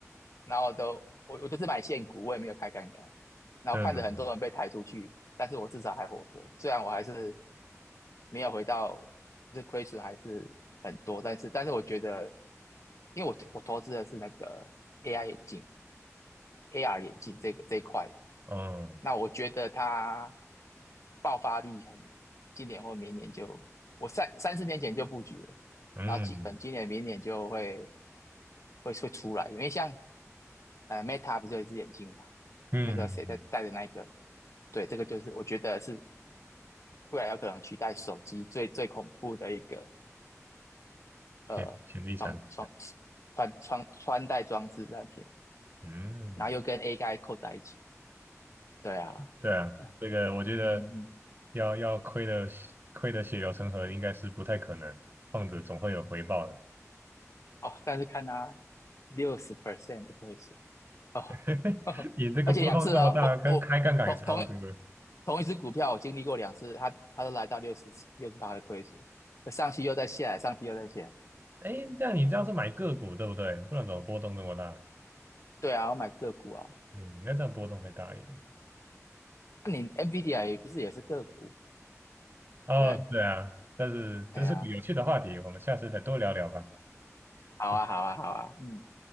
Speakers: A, on the left; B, on the right.
A: 然后都我我就是买现股，我也没有开杠杆，然后看着很多人被抬出去，
B: 嗯，
A: 但是我至少还活着，虽然我还是没有回到，这亏损还是很多，但是但是我觉得，因为我我投资的是那个 AI 眼镜、AR 眼镜这个这一块，
B: 哦，
A: 那我觉得它爆发力很，今年或明年就，我三三四年前就布局了，
B: 嗯
A: 然后今可能今年明年就会会会出来，因为像呃 Meta 不是有一只眼镜嘛，
B: 嗯，
A: 那个谁在戴的那一个，对，这个就是我觉得是未来有可能取代手机最最恐怖的一个
B: 潜潜力产品，
A: 呃穿穿穿穿穿戴装置产品，
B: 嗯。
A: 然后又跟 AI 扣在一起，对啊，
B: 对啊，
A: 嗯
B: 这个我觉得
A: 嗯。嗯
B: 要要亏的亏的血流成河应该是不太可能，放着总会有回报的。
A: 哦，但是看他六十 percent 的亏损哦，
B: <laughs>
A: <laughs>
B: 你这个波动这么大，
A: 而且两次哦，我我同同
B: 跟开杠杆也差不多。
A: 同一只股票，我经历过两次，它它都来到六十六十趴的亏损，上去又再下来，上去又再下来。
B: 哎，这样你这样是买个股对不对？不然怎么波动这么大？
A: 对啊，我买个股啊，
B: 嗯，那这样波动会大一点。
A: 那你 NVIDIA 也不是也是个股？
B: 哦，
A: 对，
B: 对啊，但是这是个有趣的话题，
A: 哎呀，
B: 我们下次再多聊聊吧。
A: 好啊，
B: 今
A: 好啊，好啊，嗯，